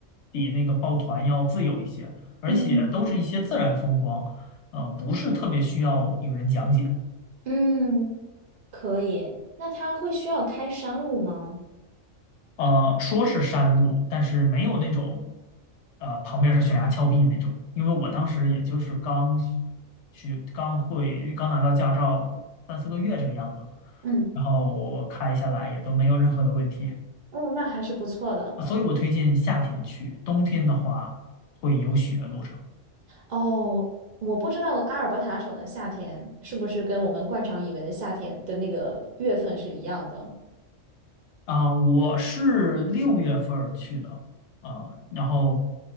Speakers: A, on the left; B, on the right.
A: 比那个抱团要自由一些，而且都是一些自然风光，
B: 嗯
A: 呃，不是特别需要有人讲解。
B: 嗯，可以。那他会需要开山路吗？
A: 呃，说是山路，但是没有那种，呃，旁边是悬崖峭壁那种。因为我当时也就是刚学、刚会、刚拿到驾照三四个月这个样子，
B: 嗯，
A: 然后我开下来也都没有任何的问题
B: 哦，那还是不错的。
A: 啊，所以我推荐夏天去，冬天的话会有雪路上。
B: 哦，我不知道阿尔伯塔省的夏天是不是跟我们惯常以为的夏天的那个月份是一样的。
A: 啊，我是六月份儿去的啊，然后